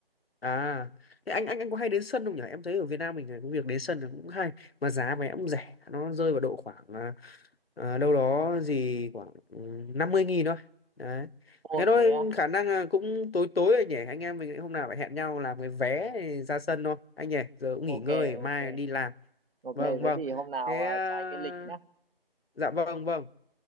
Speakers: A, on the left; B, on the right.
A: À, thế anh anh anh có hay đến sân không nhỉ? Em thấy ở Việt Nam mình này, cái việc đến sân là cũng hay mà giá vé cũng rẻ, nó rơi vào độ khoảng à, à, đâu đó gì khoảng ừ, năm mươi nghìn thôi. Đấy.
B: ồ
A: Thế thôi
B: thế à?
A: khả năng là cũng tối tối rồi nhỉ. Anh em mình hôm nào phải hẹn nhau làm cái vé ra sân thôi. Anh nhỉ, giờ cũng nghỉ
B: ok
A: ngơi mai
B: ok
A: đi làm.
B: ok
A: Vâng
B: thế
A: vâng.
B: thì hôm nào
A: Thế
B: à,
A: à,
B: cho anh cái lịch nhá
A: dạ vâng vâng.